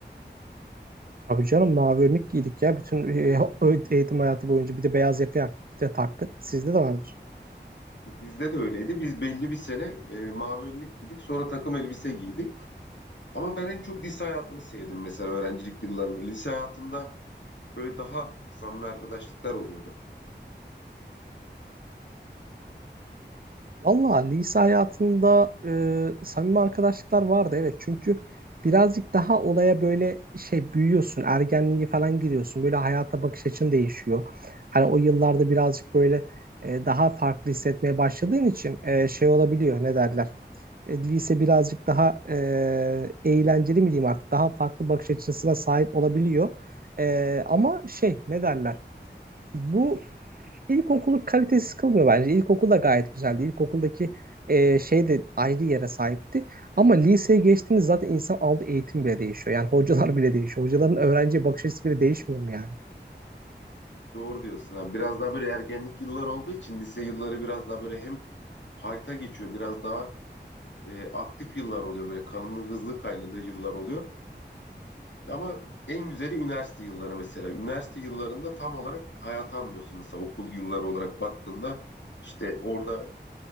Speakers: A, on the right (about 50°); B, on the left (about 75°).
A: Tabii canım mavi önlük giydik ya bütün e, ö- eğitim hayatı boyunca bir de beyaz yaka yak- de taktık. Sizde de vardır.
B: Bizde de öyleydi. Biz belli bir sene e, mavi önlük giydik. Sonra takım elbise giydik. Ama ben en çok lise hayatını sevdim mesela öğrencilik yıllarını. Lise hayatında böyle daha samimi arkadaşlıklar oluyordu.
A: Valla lise hayatında e, samimi arkadaşlıklar vardı evet çünkü birazcık daha olaya böyle şey büyüyorsun ergenliğe falan giriyorsun böyle hayata bakış açın değişiyor. Hani o yıllarda birazcık böyle e, daha farklı hissetmeye başladığın için e, şey olabiliyor ne derler. E, lise birazcık daha e, eğlenceli mi diyeyim artık daha farklı bakış açısına sahip olabiliyor. E, ama şey ne derler. Bu İlkokulu kalitesiz kılmıyor bence. İlkokul da gayet güzeldi. İlkokuldaki e, şey de ayrı yere sahipti. Ama liseye geçtiğiniz zaten insan aldığı eğitim bile değişiyor. Yani hocalar bile değişiyor. Hocaların öğrenciye bakış açısı bile değişmiyor mu yani?
B: Doğru diyorsun abi. Biraz daha böyle ergenlik yılları olduğu için lise yılları biraz daha böyle hem hayta geçiyor, biraz daha e, aktif yıllar oluyor. Böyle kanının hızlı kaynadığı yıllar oluyor. Ama en güzeli üniversite yılları mesela. Üniversite yıllarında tam olarak hayatı anlıyorsun. Mesela okul yılları olarak baktığında işte orada